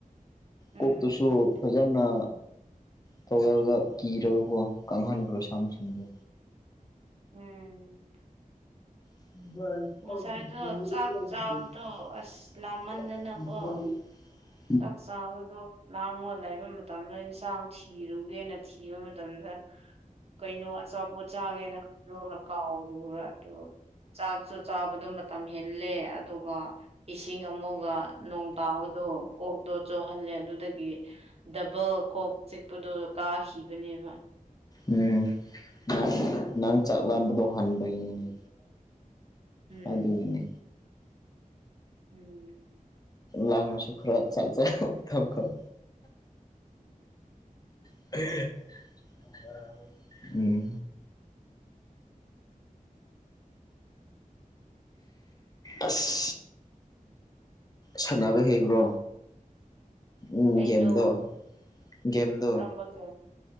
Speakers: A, on the right; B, on the left.
A: ꯎꯝ
B: ꯀꯣꯛꯇꯨꯁꯨ ꯐꯖꯅ ꯇꯧꯋꯦꯜꯒ ꯀꯤꯔꯒꯀꯣ ꯀꯪꯍꯟꯈ꯭ꯔꯣ ꯁꯥꯝꯁꯤꯡꯗꯣ꯫
A: ꯎꯝ꯫
B: <unintelligible>
A: ꯉꯁꯥꯏꯗꯣ ꯆꯥꯛ ꯆꯥꯕꯗꯣ
B: <unintelligible>
A: ꯑꯁ ꯂꯥꯝꯃꯟꯗꯅꯀꯣ ꯆꯥꯛ ꯆꯥꯕꯗꯣ ꯂꯥꯝꯃꯒ ꯂꯩꯕ ꯃꯇꯝꯗ ꯏꯟꯁꯥꯡ ꯊꯤꯔꯨꯒꯦꯅ ꯊꯤꯕ ꯃꯇꯝꯗ ꯀꯩꯅꯣ ꯑꯆꯥꯄꯣꯠ ꯆꯥꯒꯦꯅ ꯂꯣꯛꯅ ꯀꯥꯎꯔꯨꯔ ꯑꯗꯨ ꯆꯥꯛꯁꯨ ꯆꯥꯕꯗꯣ ꯃꯇꯝ ꯍꯦꯜꯂꯦ ꯑꯗꯨꯒ ꯏꯁꯤꯡ ꯑꯃꯨꯒ ꯅꯣꯡ ꯇꯥꯕꯗꯣ꯫ ꯀꯣꯛꯇꯣ ꯆꯣꯍꯜꯂꯦ ꯑꯗꯨꯗꯒꯤ ꯗꯕꯜ ꯀꯣꯛ ꯆꯤꯛꯄꯗꯣ ꯀꯥꯈꯤꯕꯅꯦꯕ꯫
B: ꯎꯝ ꯅꯪ ꯅꯪ ꯆꯥꯛꯂꯝꯕꯗꯣ ꯍꯟꯕꯩꯅꯤ꯫
A: ꯎꯝ
B: ꯑꯗꯨꯒꯤꯅꯤ꯫
A: ꯎꯝ꯫
B: ꯂꯥꯡꯉꯁꯨꯨꯈ꯭ꯔ ꯆꯥꯛ ꯆꯥꯕꯩ ꯈꯞ ꯈꯞ <unintelligible> ꯎꯝ꯫
A: <inaudible>
B: ꯑꯁ ꯁꯥꯟꯅꯕꯩ ꯍꯩꯕ꯭ꯔꯣ꯫ ꯎꯝ
A: ꯀꯩꯅꯣ
B: ꯒꯦꯝꯗꯣ ꯒꯦꯝꯗꯣ
A: ꯀꯔꯝꯕ ꯒ꯭ꯌꯥꯁ